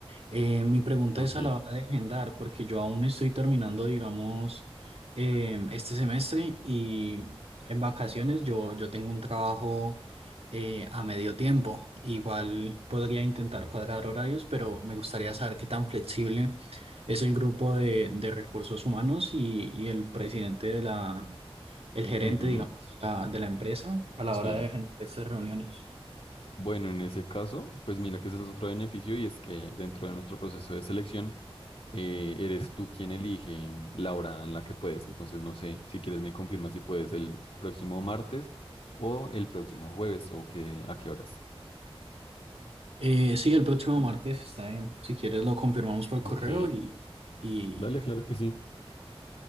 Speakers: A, on the right; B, on the left.
A: Eh, mi pregunta
B: Ok.
A: es a la hora de agendar, porque yo aún estoy terminando, digamos, em, este semestre y en vacaciones yo, yo tengo un trabajo eh, a medio tiempo. Igual podría intentar cuadrar horarios, pero me gustaría saber qué tan flexible es el grupo de, de recursos humanos y, y el presidente de la, el gerente,
B: Ujú,
A: digamos, de la, de la empresa a la
B: Sí.
A: hora de agendar estas reuniones.
B: Bueno, en ese caso, pues mira que ese es otro beneficio y es que dentro de nuestro proceso de selección eh, eres tú quien elige la hora en la que puedes. Entonces, no sé, si quieres me confirmas si puedes el próximo martes o el próximo jueves o qué a qué horas.
A: Eh, sí, el próximo martes está bien. Si quieres lo confirmamos por
B: Ok,
A: correo y, y
B: dale, claro que sí.